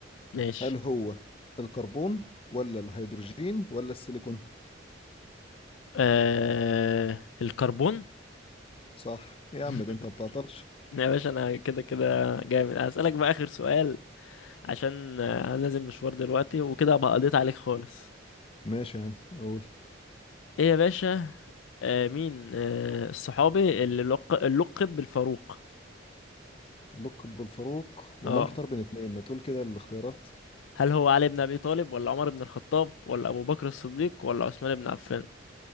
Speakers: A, on the left; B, on the left.
A: ماشي
B: هل هو الكربون ولا الهيدروجين ولا السيليكون
A: آه... الكربون
B: صح يا
A: <laughs>
B: عم ده انت ما بتعطلش
A: يا باشا أنا كده كده جامد هسألك بقى آخر سؤال عشان آه، أنا نازل مشوار دلوقتي وكده أبقى قضيت عليك خالص
B: ماشي يا عم اقول
A: إيه يا باشا آه مين آه الصحابي اللي لق... لقب بالفاروق
B: اللقب بالفاروق والله
A: اه
B: محتار بين اتنين ما تقول كده الاختيارات
A: هل هو علي بن أبي طالب ولا عمر بن الخطاب ولا أبو بكر الصديق ولا عثمان بن عفان